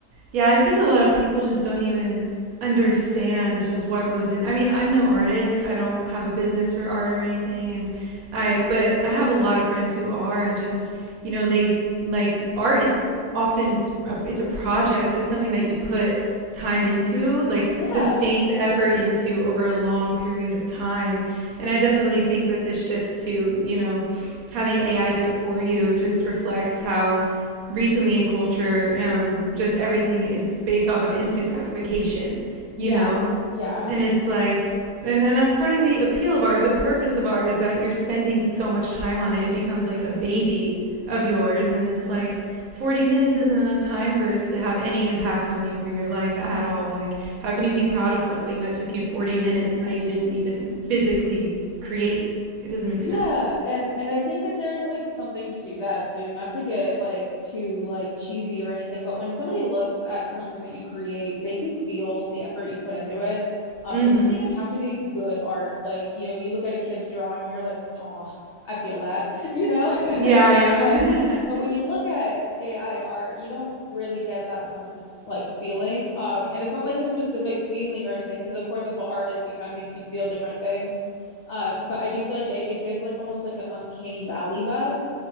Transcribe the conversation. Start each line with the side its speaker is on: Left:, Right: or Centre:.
Right: Yeah, I think a lot of people just don't even understand just what goes in. I mean, I'm no artist. I don't have a business for art or anything and I but I have a lot of friends who are and just, you know, they like art is often it's a, it's a project. It's something that you put time into, like
Left: yeah.
Right: sustained effort into over a long period of time. And I definitely think that this shift to, you know, having AI do it for you just reflects how recently in culture, um, just everything is based off of instant gratification,
Left: Yeah.
Right: you know?
Left: Yeah.
Right: And it's like, and, and that's part of the appeal of art, or the purpose of art is that you're spending so much time on it, it becomes like a baby of yours. And it's like 40 minutes isn't enough time for it to have any impact on you or your life at all. Like, how can you be proud of something that took you 40 minutes and that you didn't even physically create? It doesn't make
Left: Yeah,
Right: sense.
Left: and and I think that there's like something to that too, not to get like too like cheesy or anything, but when somebody looks at something that you create, they can feel the effort you put into it. Um,
Right: Mm
Left: it doesn't
Right: hmm.
Left: even have to be good art. Like, you know, you look at a kid's drawing and you're like, "Oh, I feel that," <laughs> you know?
Right: Yeah, yeah.
Left: But but when you look at AI art, you don't really get that sense of like feeling. Um, and it's not like a specific feeling or anything, because of course that's what art is. It kind of makes you feel different things. Uh, but I do feel like it, it gives like almost like an uncanny valley vibe.